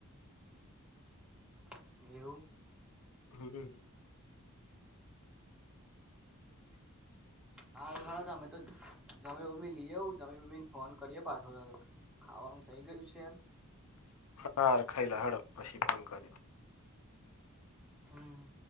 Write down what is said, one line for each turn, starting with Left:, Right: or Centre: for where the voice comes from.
Centre: છે એવું.
Left: હમ.
Centre: હા અમે તો જમી બમી લઈએ આવ જમી બમી ને ફોન કરીએ પાછો. ખાવાનું થઇ ગયું છે.
Left: હાર ખાઈ લો હેડો પછી ફોન કરો.
Centre: હમ.